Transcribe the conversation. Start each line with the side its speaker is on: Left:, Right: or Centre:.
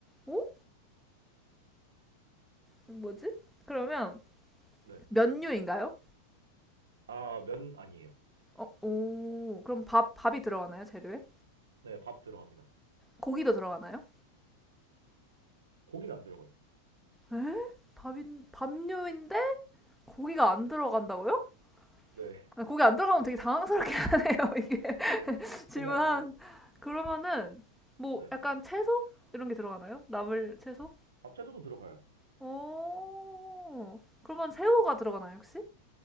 Centre: 오? 뭐지? 그러면
Right: 네.
Centre: 면류인가요?
Right: 아, 면 아니에요.
Centre: 어, 오. 그럼 밥, 밥이 들어가나요? 재료에?
Right: 네, 밥 들어갑니다.
Centre: 고기도 들어가나요?
Right: 고기는 안 들어가요.
Centre: 에? 밥인, 밥류인데 고기가 안 들어간다고요?
Right: 네,
Centre: 아, 고기 안 들어가면 되게 당황스럽게 <laughs> 하네요, 이게. <laughs>
Right: <laughs> 네,
Centre: 질문한.
Right: 고기 안 들어가요.
Centre: 그러면은 뭐
Right: 네,
Centre: 약간 채소? 이런 게 들어가나요? 나물 채소?
Right: 아, 채소도 들어가요.
Centre: 오. 그러면 새우가 들어가나요, 혹시?